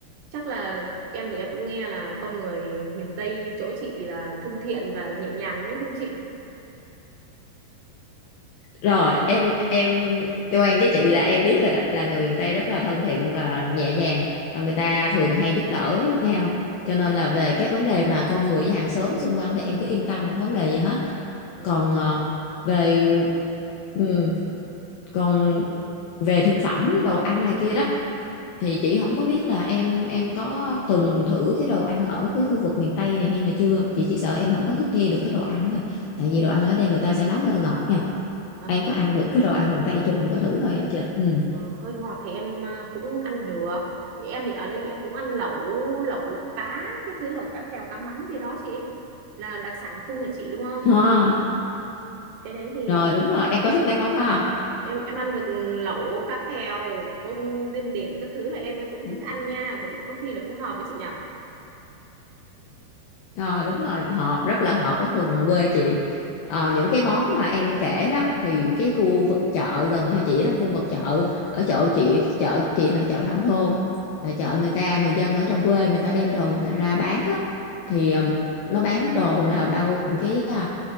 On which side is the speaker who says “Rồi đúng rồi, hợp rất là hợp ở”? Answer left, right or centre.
Left